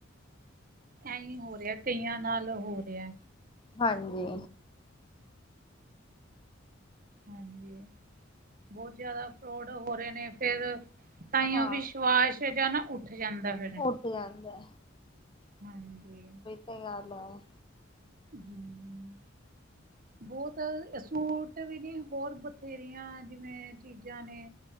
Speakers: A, on the right (about 45°); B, on the left (about 25°).
A: ਐਂਈ ਹੋ ਰੇਆ ਕਈਆਂ ਨਾਲ ਹੋ ਰਿਹਾ
B: ਹਾਂਜੀ।
A: ਹਾਂਜੀ, ਬੋਤ ਜਾਦਾ ਫਰੋਡ ਹੋ ਰੇ ਨੇ ਫੇਰ ਤਾਂਈਓ
B: ਹਾਂ
A: ਵਿਸ਼ਵਾਸ ਜਾਂ ਨਾ ਉੱਠ ਜਾਂਦਾ ਫੇਰ।
B: ਉੱਠ ਜਾਂਦੈ।
A: ਹਾਂਜੀ।
B: ਕਈਆਂ ਆਲੋ।
A: ਹੂੰ। ਬੋਤ ਸੂਟ ਵੀ ਨੀ, ਹੋਰ ਬਥੇਰੀਆਂ ਜਿਵੇਂ ਚੀਜਾਂ ਨੇ